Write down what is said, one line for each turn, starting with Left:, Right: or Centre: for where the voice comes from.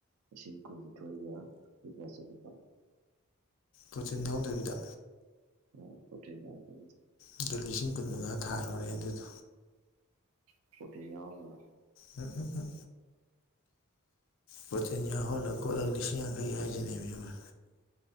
Right: ꯂꯤꯁꯤꯡ ꯀꯨꯟꯅꯤꯊꯣꯏꯒ ꯂꯨꯄꯥ ꯆꯅꯤꯄꯥꯥꯟ
Left: ꯄ꯭ꯔꯣꯆꯤꯟ ꯌꯥꯎꯗꯕꯤꯗ
Right: ꯑꯣ ꯍꯣꯇꯦ <unintelligible>
Left: ꯑꯗꯨ ꯂꯤꯁꯤꯡ ꯀꯨꯟꯃꯉꯥ ꯊꯥꯈꯔꯣꯅꯦ ꯑꯗꯨꯗꯣ
Right: ꯄꯔꯣꯇꯤ ꯌꯥꯎꯒꯒ
Left: ꯎꯝ ꯎꯝ ꯎꯝ ꯄꯣꯇꯤꯟ ꯌꯥꯎꯍꯜꯂ ꯀꯣꯂꯒ ꯂꯤꯁꯤꯡ ꯌꯥꯡꯈꯩ ꯍꯥꯏꯖꯤꯅꯦꯃꯤ ꯕ